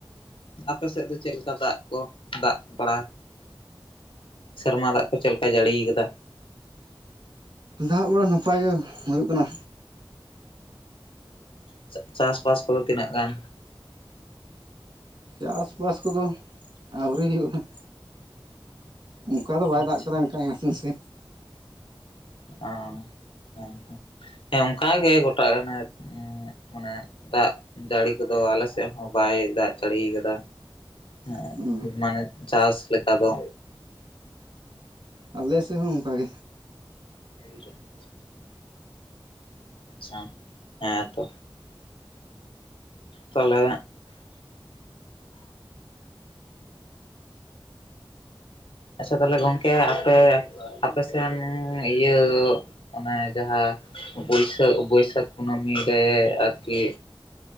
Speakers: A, on the left; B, on the right.
A: ᱟᱯᱮ ᱥᱮᱜ ᱫᱚ ᱪᱮᱜ ᱞᱮᱠᱟ ᱫᱟᱜ ᱠᱚ ᱫᱟᱜ ᱵᱟᱲᱟ᱾ ᱥᱮᱨᱢᱟ ᱫᱟᱜ ᱠᱚ ᱪᱮᱜ ᱞᱮᱠᱟᱭ ᱡᱟᱲᱤᱭ ᱠᱟᱫᱟ᱾
B: ᱫᱟᱜ ᱵᱟᱲᱟ ᱱᱟᱯᱟᱭ ᱜᱮ ᱦᱩᱭᱩᱜ ᱠᱟᱱᱟ᱾
A: ᱟᱪᱪᱷᱟ ᱪᱟᱥᱵᱟᱥ ᱠᱚᱫᱚ ᱛᱤᱱᱟᱹᱜ ᱜᱟᱱ᱾
B: ᱪᱟᱥ ᱵᱟᱥ ᱠᱚᱫᱚ ᱟᱣᱨᱤ ᱦᱩᱭᱩᱜ-ᱟ᱾ ᱚᱝᱠᱟ ᱫᱚ ᱵᱟᱭ
A: ᱟᱪᱪᱷᱟ
B: ᱫᱟᱜ ᱠᱟᱫᱟ ᱚᱱᱠᱟ ᱟᱛᱩ ᱥᱮ᱾
A: ᱚᱻ ᱦᱮᱸ ᱦᱮᱸ ᱦᱮᱸ ᱚᱝᱠᱟ ᱜᱮ ᱜᱚᱴᱟ ᱦᱟᱱᱮ᱾ ᱮᱸᱫ ᱢᱟᱱᱮ ᱫᱟᱜ ᱡᱟᱲᱤ ᱠᱚᱫᱚ ᱟᱞᱮ ᱥᱮᱜ ᱦᱚᱸ ᱵᱟᱭ ᱫᱟᱜ ᱡᱟᱲᱤᱭ ᱠᱟᱫᱟ᱾᱾ <unintelligible>
B: <unintelligible>
A: ᱢᱟᱱᱮ ᱪᱟᱥ ᱞᱮᱠᱟ ᱫᱚ᱾
B: ᱟᱞᱮ ᱥᱮᱜ ᱦᱚᱸ ᱚᱝᱠᱟ ᱜᱮ
A: <inaudible> ᱟᱪᱷᱟ ᱦᱮᱸ ᱛᱚ ᱛᱟᱞᱮ ᱟᱪᱪᱷᱟ ᱛᱟᱦᱚᱞᱮ ᱜᱚᱝᱠᱮ ᱟᱯᱮ ᱟᱯᱮᱥᱮᱱ ᱤᱭᱟᱹ ᱚᱱᱮ ᱡᱟᱦᱟᱸ ᱵᱟᱹᱭᱥᱟᱹᱠ ᱵᱟᱹᱭᱥᱟᱠ ᱠᱩᱱᱟᱹᱢᱤ ᱨᱮ ᱟᱨᱠᱤ